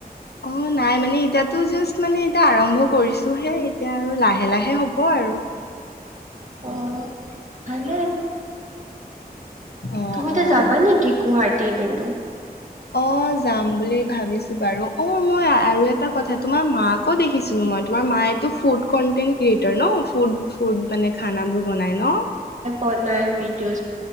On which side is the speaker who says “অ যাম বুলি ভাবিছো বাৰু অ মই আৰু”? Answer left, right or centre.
Left